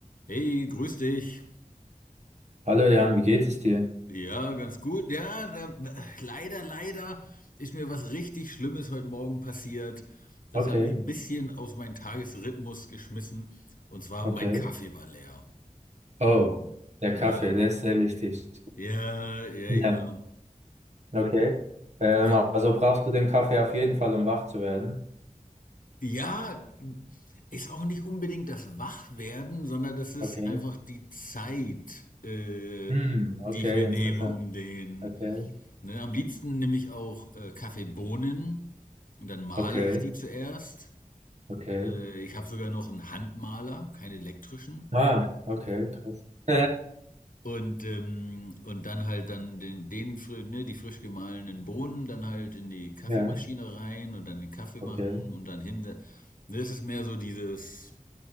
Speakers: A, on the left (about 80°); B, on the right (about 55°).
A: Hey, grüß dich.
B: Hallo Jan, wie geht es dir?
A: Ja, ganz gut. Ja, äh, leider, leider ist mir was richtig Schlimmes heute Morgen passiert. Das
B: Okay,
A: hat mich ein bisschen aus meinem Tagesrhythmus geschmissen. Und zwar
B: okay.
A: mein Kaffee war leer.
B: Oh,
A: Mm.
B: der
A: Ja,
B: Kaffee, der ist sehr wichtig.
A: ja, ja,
B: Ja,
A: ja.
B: okay. Ähm,
A: Ja,
B: also brauchst du den Kaffee auf jeden Fall, um wach zu werden.
A: Ja, ist auch nicht unbedingt das Wachwerden, sondern das ist
B: Okay.
A: einfach die Zeit, äh,
B: Hm, okay,
A: die ich mir
B: interessant.
A: nehme, um den.
B: Okay,
A: Ne, am liebsten nehme ich auch äh, Kaffeebohnen und dann male
B: okay,
A: ich die zuerst.
B: okay.
A: Äh, ich habe sogar noch einen Handmaler, keinen elektrischen.
B: Ah, okay, krass. <laughs>
A: Und, ähm, und dann halt dann den, den, fri- ne, die frisch gemahlenen Bohnen dann halt in die Kaffeemaschine
B: Ja,
A: rein und dann den Kaffee
B: okay.
A: machen und dann hinter. Ne, es ist mehr so dieses.